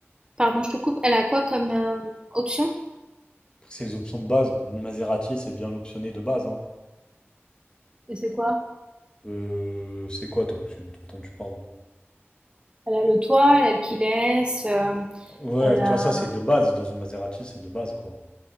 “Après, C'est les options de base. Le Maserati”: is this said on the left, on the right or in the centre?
Left